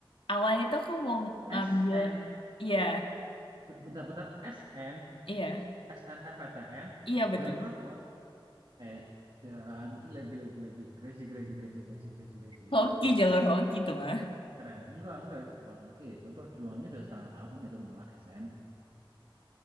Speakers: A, on the left; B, on the right.
A: Awalnya tuh aku mau ngambil,
B: SN,
A: iya,
B: bentar-bentar SN,
A: iya,
B: SNMPTN,
A: iya betul.
B: jalur rapot, eh dan gila gila gila gila crazy crazy crazy crazy crazy crazy
A: Hoki,
B: gila
A: jalur
B: gila.
A: hoki tuh mah.
B: Keren. Enggak, enggak. Itu bukan hoki. Itu perjuangannya udah setengah tahun itu malah SM.